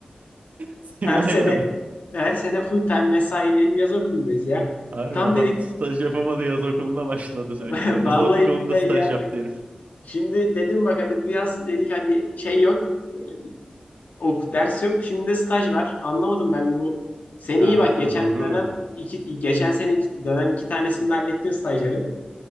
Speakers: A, on the right; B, on the left.
A: Senin
B: Her
A: aynen.
B: sene her sene full time mesai benim yaz okulundayız ya.
A: Harbi
B: Tam
A: adam
B: dedik
A: staj yapamadı yaz okuluna başladı
B: <laughs>
A: sürekli. Yaz
B: vallahi
A: okulunda
B: billahi
A: staj
B: ya
A: yaptı
B: bak.
A: herif.
B: Şimdi dedim bak hadi bu yaz dedik hadi şey yok. e, Ok, ders yok. Şimdi de staj var. Anlamadım ben bu. Sen
A: Aa,
B: iyi bak geçen
A: doğru.
B: dönem iki, geçen sene iki, dönem iki tanesini de hallettin stajların.